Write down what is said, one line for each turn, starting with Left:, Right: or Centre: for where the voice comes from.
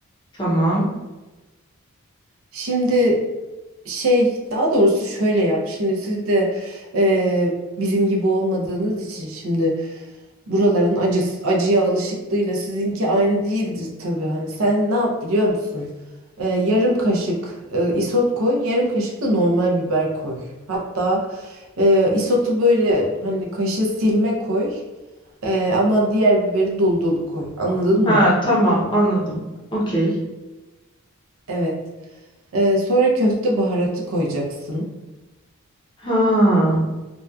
Left: Tamam.
Right: Şimdi Şey daha doğrusu şöyle yap. Şimdi siz de eee, bizim gibi olmadığınız için şimdi buraların acısı, acıya alışıklığıyla sizinki aynı değildir tabii. Hani sen ne yap biliyor musun? Eee, yarım kaşık eee, isot koy, yarım kaşık da normal biber koy. Hatta eee, isotu böyle hani kaşığı silme koy. Eee, ama diğer biberi dolu dolu koy. Anladın mı?
Left: Ha tamam anladım. Okey.
Right: Evet. Eee, sonra köfte baharatı koyacaksın.
Left: Ha